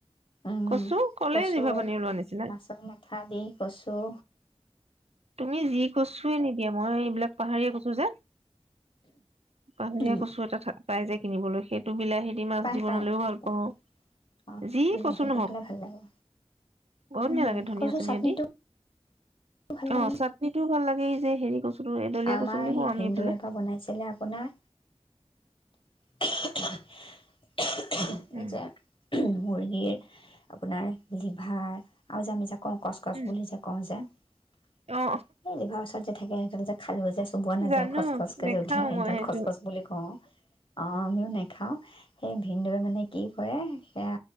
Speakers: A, on the left; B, on the right.
A: উম
B: কচু ক'লে
A: কচু
B: জিভা পানী ওলোৱা নিচিনা
A: মাছৰ মাথা দি কচু
B: তুমি যি কচুৱেই নিদিয়া মই এইবিলাক পাহাৰীয়া কচু যে পাহাৰীয়া
A: উম,
B: কচু এটা পাই যায় কিনিবলৈ সেইটো বিলাহী মাছ
A: পায়,
B: দি বনালেও
A: পায়, পায়,
B: ভাল
A: পায়,
B: পাওঁ
A: অ',
B: যি
A: বিলাহী
B: কচু নহওঁক।
A: দি পেলাই ভাল লাগে।
B: বৰ ধুনীয়া
A: উম
B: লাগে ধনিয়া
A: কচু
B: চনিয়া
A: চাটনিটো
B: দি
A: ভাল
B: অ
A: লাগে ন
B: চাটনি টোও ভাল লাগ সেইযে হেৰি কচু কচুটো এডলীয়া
A: আমাৰ
B: বুলি
A: সেই
B: কওঁ আমি
A: ভিনদেউৱে
B: এইফালে
A: এবাৰ বনাইছিলে আপোনাৰ <unintelligible> এই
B: উম
A: যে মুৰ্গীৰ আপোনাৰ লিভাৰ, আৰু যে, আমি যে কওঁ কচ কচ
B: উম
A: বুলি যে কওঁ যে! এ
B: অ
A: জিভাৰ ওচৰত যে, থাকে সেইডাল যে, খালেও যে, চুবোৱা নাযায়
B: জানো
A: খচ খচকে
B: নেখাও
A: যে উঠে। সেইডাল
B: মই সেইটো
A: খচ খচ বুলি কওঁ। আমিও নেখাওঁ। সেই ভিনদৌৱে মানে কি কৰে, সেয়া